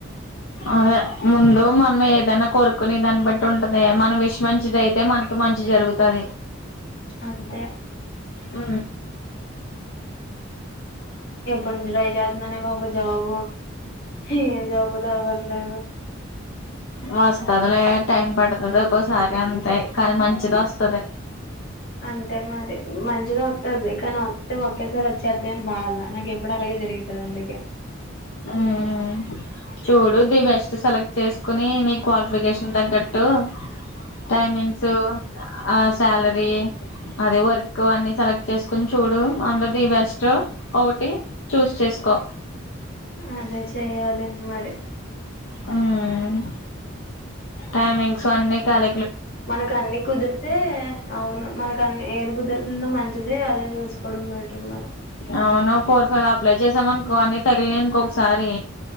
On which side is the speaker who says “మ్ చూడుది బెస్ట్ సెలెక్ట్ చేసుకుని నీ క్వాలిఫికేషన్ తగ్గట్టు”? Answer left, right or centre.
Left